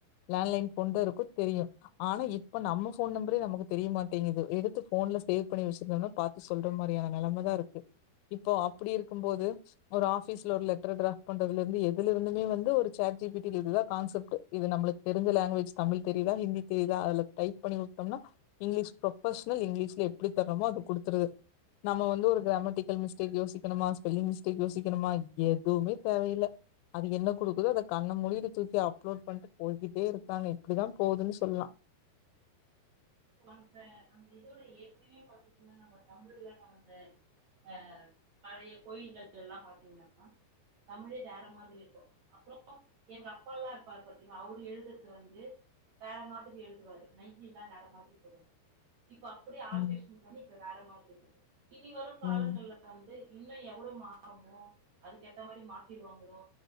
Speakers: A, on the left; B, on the right.
A: லேண்ட்லைன் கொண்டே இருக்கும் தெரியும் ஆனா இப் ப்ப நம்ம ஃபோன் நம்பரே நமக்கு தெரிய மாட்டேங்குது எடுத்து ஃபோன்ல சேவ் பண்ணி வெச்சிருந்தோனா பாத்து சொல்ற மாரியான நெலமதா இருக்கு இப்போ அப்படி இருக்கும் போது ஒரு ஆஃபிஸ்ல ஒரு லெட்டர் டிராஃப் பண்றதுல இருந்து எதுல இருந்துமே வந்து ஒரு சேட் ஜி பி டி ல இருந்துதா கான்செப்ட்டு இது நம்ப்ளுக் தெரிஞ்ச லாங்குவேஜ் தமிழ் தெரியுதா ஹிந்தி தெரியுதா அல்த் டைப் பண்ணி வுட்டோம்னா இங்கிலீஷ் ப்ரொபஷனல் இங்கிலீஷ்ல எப்டி தரணுமோ அது குடுத்துருது நம்ம வந்து ஒரு கிராமட்டிக்கல் மிஸ்டேக் யோசிக்கணுமா ஸ்பெல்லிங் மிஸ்டேக் யோசிக்கணுமா எதுவுமே தேவையில்ல அது என்ன குடுக்குதோ அத கண்ண மூடிக்கிட்டு தூக்கி அப்லோட் பண்ட்டு போய்கிட்டே இருக்காங்க இப்டிதா போதுன் சொல்லா
B: அந்த அந்த இதோட ஏற்கனவே பாத்தீங்கன்னா நம்ப தமிழ்லனா வந்து அ பழைய கோயில்கள் எல்லாம் பாத்தீங்க <inaudible> னா தமிழே வேற மாதிரி இருக்கும் அப்புறோ எங்கப்பால்லா இருப்பார் பாத்தீங்க அவுரு எழுதுற்து வந்து வேற மாதிரி எழுதுவாரு நையீல்லா வேற மாரி எழுதுவாரு இப்ப அப்டியே ஆல்டேஷன்
A: ம்
B: பண்ணி இப்ப வேற மாதிரி இருக்கு இனி வரு காலங்கள்ல
A: ம்
B: வந்து இன்னு எவ்ளோ மாறுமோ அதுக்கேத்த மாரி மாத்திருவாங்ளோ